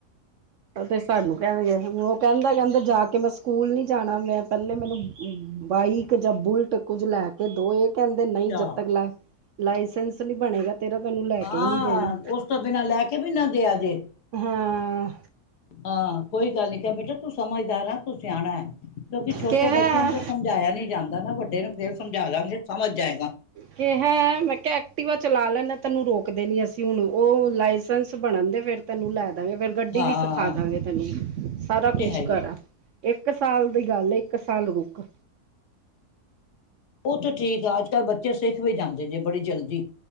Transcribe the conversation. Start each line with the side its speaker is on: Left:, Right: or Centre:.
Right: ਤੇ ਸਾਨੂੰ ਕੈਂਗੇ ਹੁਣ ਓ ਕੈਂਦਾ-ਕੈਂਦਾ ਜਾ ਕੇ ਮੈਂ ਸਕੂਲ ਨੀ ਜਾਣਾ ਮੈਂ ਪੈਲੇ ਮੈਨੂੰ ਬਾਈਕ ਜਾਂ ਬੁਲਟ ਕੁੱਝ ਲੈ ਕੇ ਦੋ ਏ- ਕੈਂਦੇ ਨਈ
Left: ਅੱਛਾ
Right: ਜਦ ਤੱਕ ਲਾਏ, ਲਾਇਸੈਂਸ ਨੀ ਬਣੇਗਾ ਤੇਰਾ ਤੈਨੂੰ ਲੈ ਕੇ
Left: ਹਾਂ
Right: ਹੀ ਨਹੀਂ ਦੇਣੀ
Left: ਓਸ ਤੋਂ ਬਿਨਾਂ ਲੈ ਕੇ ਵੀ ਨਾ ਦਿਆ ਜੇ
Right: ਹਾਂ
Left: ਹਾਂ ਕੋਈ ਗੱਲ ਨੀ ਕੈ ਬੇਟਾ ਤੂੰ ਸਮਝਦਾਰ ਆ ਤੂੰ ਸਿਆਣਾ ਐ ਕਿਉਂਕਿ ਛੋਟੇ
Right: ਕਿਹਾ
Left: ਬੱਚੇ ਨੂੰ ਤਾਂ ਸਮਝਾਇਆ ਨੀ ਜਾਂਦਾ ਨਾ ਵੱਡੇ ਨੂੰ ਫੇਰ ਸਮਝਾ ਲਾਗੇ ਸਮਝ ਜਾਏਗਾ।
Right: ਕੇਹਾ ਮੈਂ ਕੈਆ ਐਕਟੀਵਾ ਚਲਾ ਲੈਣਾ ਤੈਨੂੰ ਰੋਕਦੇ ਨੀ ਅਸੀਂ ਹੁਣ ਓ ਲਾਇਸੈਂਸ ਬਣਨ ਦੇ ਫਿਰ ਤੈਨੂੰ ਲੈ ਦਵਾਂਗੇ ਫੇਰ ਗੱਡੀ
Left: ਹਾਂ
Right: ਵੀ ਸਿਖਾ ਦਾਂਗੇ ਤੈਨੂੰ ਸਾਰਾ
Left: ਉਹ ਤੇ
Right: ਕੁਛ
Left: ਹੈ ਹੀ
Right: ਕਰਾ ਏਕ ਸਾਲ ਦੀ ਗੱਲ ਏ ਏਕ ਸਾਲ ਰੁੱਕ
Left: ਓਹ ਤਾਂ ਠੀਕ ਆ ਅੱਜ-ਕੱਲ੍ਹ ਬੱਚੇ ਸਿੱਖ ਵੀ ਜਾਂਦੇ ਜੇ ਬੜੀ ਜਲਦੀ,